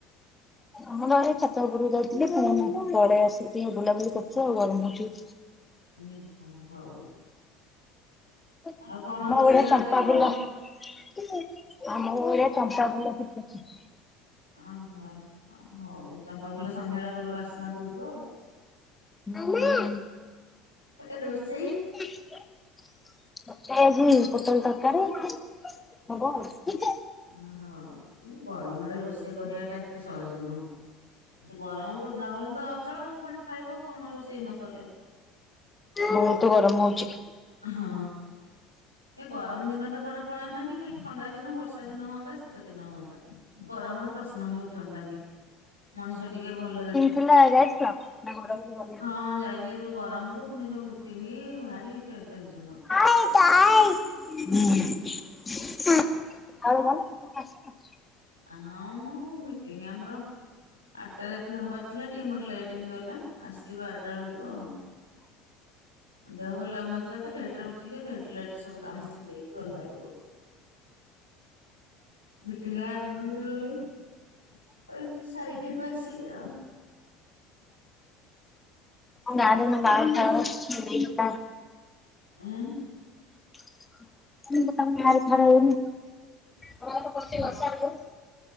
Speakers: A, on the left; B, on the left.
A: ଆମର ଏଇ ଛା ଛାତ ଉପରକୁ ଯାଇଥିଲି ପୁଣି ପଳେଇ ଆସିକି ଟିକେ ବୁଲାବୁଲି କରୁଚୁ ଆଉ ଗରମ ହଉଚି।
B: ହୁଁ ହଁ ହଉ।
A: <unintelligible>
B: ଆଉ କଣ ରୋଷେଇର
A: ଚମ୍ପା
B: ଆଜି କଣ
A: ଫୁଲ ଆମର ବଢିଆ ଚମ୍ପା ଫୁଲ ଫୁଟୁଚି।
B: ଅ ହଁ ଅ ହଉ। ଚମ୍ପା ଫୁଲ ସନ୍ଧ୍ୟାବେଳେ ଭଲ ବାସ୍ନା ଦଉଥିବ ଆଉ।
A: ମାମା।
B: ରୋଷେଇ?
A: <inaudible> ତରକାରୀ ଆଜି ପୋଟଳ ତରକାରୀ ହବ ଆଉ।
B: ହଁ, ଏଇ ଗରମରେ ରୋଷେଇ କରିବା ଟା ଏତେ ସହଜ ନୁହଁ। ଏଇ ଗରମ କୁ ନହେଲେ ତ ଅଚଳ। ପୁଣି ଖାଇବ କଣ ରୋଷେଇ ନ କଲେ।
A: ବହୁତୁ ଗରମ ହଉଚି।
B: ହଁ। ଏ ଗରମ ଦିନ ଟା କୁଆଡେ ପଳାନ୍ତାନି ଖାଲି ଥଣ୍ଡା ଦିନ ବର୍ଷା ବର୍ଷା ଦିନ ହୁଅନ୍ତା ଶୀତ ଦିନ ହୁଅନ୍ତା। ଗରମର ପ୍ରଶ୍ନ ହିଁ ଉଠନ୍ତାନି। ମଣିଷ ଟିକେ ଭଲରେ
A: <unintelligible> ଯାଇଥିଲ? ହେଟା ଘରକୁ ଯିବ।
B: ହଁ ଯାଇଥିଲି ଯୋଉ ଗରମ କୁ ପୁଣି ଯୋଉ ମିଟିଙ୍ଗ ଭାରି ଟେ ଟେନସନ।
A: <unintelligible>
B: ହଁ ମ ମିଟିଂ ଆମର ଆଠଟାରେ ଥିବା ହବାର ଥିଲା ଟିକେ ମୋର ଲେଟ୍ ହେଇଗଲା ଆସିଲି ବାରଟା ବେଳକୁ ଆଉ। ଦେହ ଭଲ ଲାଗୁନଥିଲା ତ, ଲେଟ୍ ରେ ଉଠିଲି ଲେଟ୍ ଲେଟ୍ ସବୁ କାମ ଛିଣ୍ଡେଇ ଗଲାବେଳକୁ। ମିଟିଂ ଆ <unintelligible> ଆଉ ଏଠି ସାରିକି ହେଠୁ ଆସିଲି ଆଉ।
A: ଆମ ଗାଁ ରେ ଏଇନା ବାହାଘର ଫାହାଘର। <unintelligible>
B: ଏଁ
A: <unintelligible>
B: କ